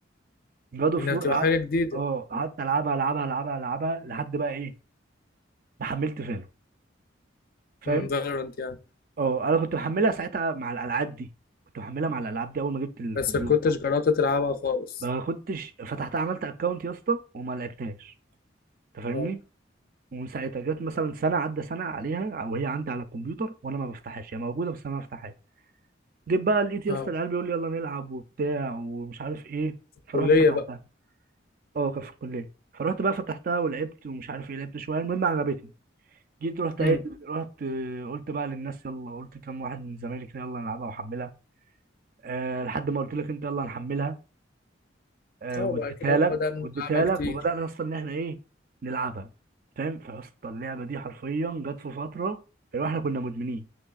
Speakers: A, on the right; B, on the left.
A: جاد اوف
B: انها
A: وور
B: بتبقى
A: قعدت
B: حاجه جديده
A: اه قعدت العبها العبها العبها العبها لحد بقى ايه ما حملت فالو فاهم
B: امم فالورانت يعني
A: اه انا كنت محملها ساعتها مع الالعاب دي كنت محملها مع الالعاب دي اول ما جبت الكمبيوتر
B: بس ما كنتش جربت تلعبها خالص
A: ما كنتش فتحتها عملت اكونت يا اسطى وما لعبتهاش انت فاهمني
B: اه
A: ومن ساعتها جت مثلا سنه عدى سنه عليها وهي عندي على الكمبيوتر وانا ما بفتحهاش هي موجوده بس انا ما بفتحهاش جيت بقى لقيت يا
B: اه
A: اسطى العيال بيقول لي يلا نلعب وبتاع ومش عارف ايه فرحت
B: كليه
A: فتحتها
B: بقى
A: اه كان في الكليه فرحت بقى فتحتها ولعبت ومش عارف ايه لعبت شويه المهم عجبتني جيت رحت
B: امم
A: قايل رحت آه، قلت بقى للناس يلا قلت كام واحد من زمايلي كده يلا نلعبها واحملها أه لحد ما قلت لك انت يلا نحملها آه،
B: اه
A: واديتها
B: بعد كده
A: لك
B: بدأنا
A: واديتها
B: نلعبها كتير
A: لك وبدانا اصلا ان احنا ايه نلعبها فاهم فاصلا اللعبه دي حرفيا جت في فتره اللي هو احنا كنا مدمنين